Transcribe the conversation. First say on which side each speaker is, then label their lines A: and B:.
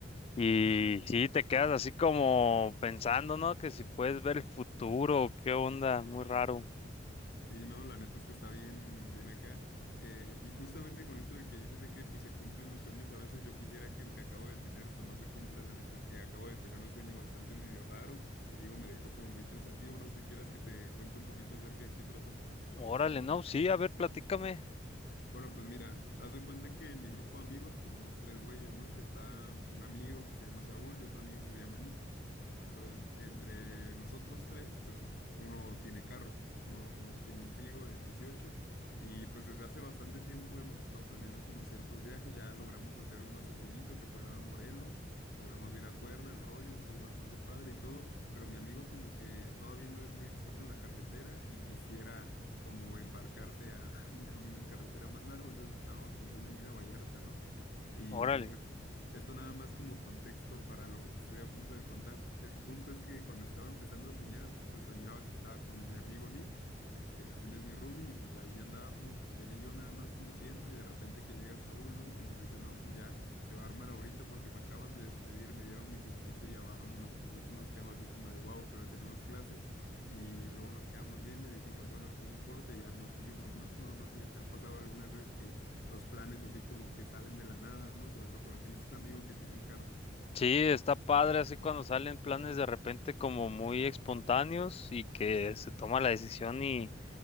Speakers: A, on the left; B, on the left.
A: Y
B: <laughs>
A: sí te quedas así como pensando, ¿no? Que si puedes ver el futuro, qué onda, muy raro.
B: Sí, no, la neta es que está bien, bien acá. Eh, y justamente con esto de que dices de que pues se cumplen los sueños, a veces yo quisiera que el que acabo de tener pues no se cumpla, la neta es que acabo de tener un sueño bastante medio raro, te digo, me dejó como muy pensativo, no sé si quieras que te cuente un poquito acerca de qué trató.
A: Órale, no, sí, a ver, platícame.
B: Bueno, pues mira, haz de cuenta que en mi grupo de amigos, pues somos tres güeyes, ¿no? Está un amigo que se llama Saúl y otro amigo que se llama Nick. Entonces, entre nosotros tres, pues uno tiene carro, uno tiene un Figo del 18 y pues desde hace bastante tiempo hemos estado planeando como ciertos viajes, ya logramos hacer uno hace poquito que fue a Morelos Logramos ir a Cuerna, el rollo, estuvo bastante padre y todo, pero mi amigo como que todavía no es muy experto en la carretera y quisiera como embarcarse a <laughs> un camino en carretera más largo, entonces estábamos pensando en ir a Vallarta, ¿no? Y
A: Órale.
B: bueno, esto nada más como contexto para lo que te estoy a punto de contar. El punto es que cuando estaba empezando a soñar, pues soñaba que estaba con mi amigo Nick, que también es mi roomie, y pues ahí andábamos, pues él y yo nada más como siendo, y de repente que llega el Saúl, ¿no? Y que nos dice, no, pues ya se va a armar ahorita porque me acaban de despedir, me dieron mi finiquito y ya vámonos. Y nosotros nos quedamos así como de, wow, pero tenemos clase. Y luego nos quedamos viendo y dijimos, bueno, ¿a quién le importa? Y ya nos íbamos, ¿no? No, no sé si te ha pasado algunas veces que los planes así como que salen de la nada, ¿no? Sobre todo cuando tienes un amigo que tiene carro.
A: Sí, está padre así cuando salen planes de repente como muy espontáneos y que se toma la decisión y,